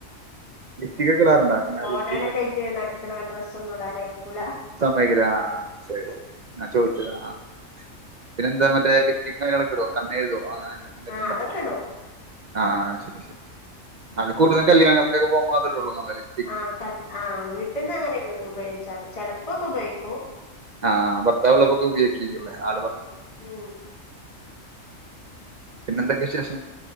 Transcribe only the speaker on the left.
മോഡേൺ
ഒക്കെ ആയിട്ട് നടക്കണ ഡ്രസ്സ ഒന്നുംടാനയിക്കൂല
ആഹ്
അതൊക്കെ ഇടും
ആഹ് ക ആഹ് വീട്ടിൽന്ന് അങ്ങനെ ഉപയോഗിച്ചാറ് ചെലപ്പോൊക്കെ ഉപയോഗിക്കൂ
ഉം